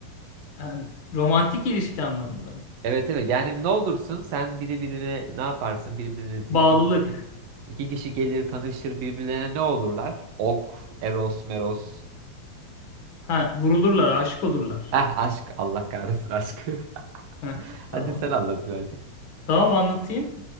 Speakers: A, on the left; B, on the right.
A: Yani romantik ilişki anlamında mı?
B: Evet evet yani ne olursun sen biri birine ne yaparsın birbirinizi
A: Bağlılık.
B: iki kişi. İki kişi gelir tanışır birbirlerine ne olurlar? Ok, Eros, Meros.
A: Ha vurulurlar, aşık olurlar.
B: Eh aşk Allah kahretsin aşk.
A: Ha
B: <laughs>
A: tamam.
B: Hadi sen anlat birazcık.
A: Tamam anlatayım.